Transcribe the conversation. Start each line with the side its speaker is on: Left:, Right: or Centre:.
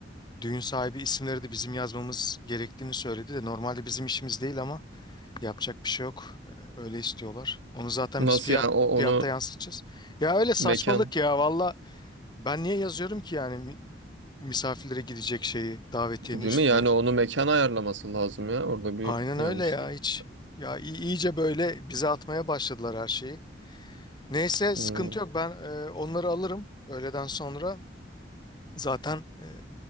Left: düğün sahibi isimleri de bizim yazmamız gerektiğini söyledi de normalde bizim işimiz değil ama yapacak bir şey yok. E, öyle istiyorlar. Onu zaten
Right: Nasıl
Left: biz fiyat
Right: yani o onu
Left: fiyatta yansıtacağız. Ya öyle saçmalık
Right: mekan
Left: ya valla. Ben niye yazıyorum ki yani mi- misafirlere gidecek şeyi davetiyenin
Right: değil
Left: üstüne?
Right: mi? Yani onu mekan ayarlaması lazım ya orada bir
Left: Aynen
Right: yanlışlık.
Left: öyle ya hiç. Ya i- iyice böyle bize atmaya başladılar her şeyi. Neyse
Right: Hmm.
Left: sıkıntı yok ben e, onları alırım öğleden sonra. Zaten e,